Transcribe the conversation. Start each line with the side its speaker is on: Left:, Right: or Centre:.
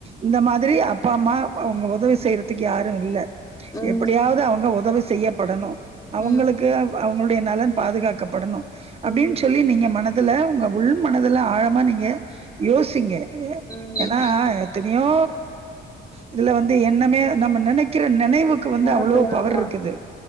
Right: இந்த மாதிரி அப்பா அம்மா அவங்க உதவி செய்றதுக்கு யாரு இல்ல
Left: ம்
Right: எப்படியாவது அவங்க உதவி செய்யப்படணும் அவங்களுக்கு
Left: ம்
Right: அவங்களுடைய நலன் பாதுகாக் கப்படணும் அப்டின்னு
Left: ம்
Right: சொல்லி நீங்க மன துல உங்க உள் மனதுல ஆழமா நீங்க யோசிங்க
Left: ம்
Right: ஏன்னா த்தனையோ இதுல வந்து எண்ணமே நம்ம நெனைக்கிற நெனைவுக்கு வந்து
Left: நெனப்பு
Right: அவ்ளோ பவர்
Left: ஆமா
Right: இருக்குது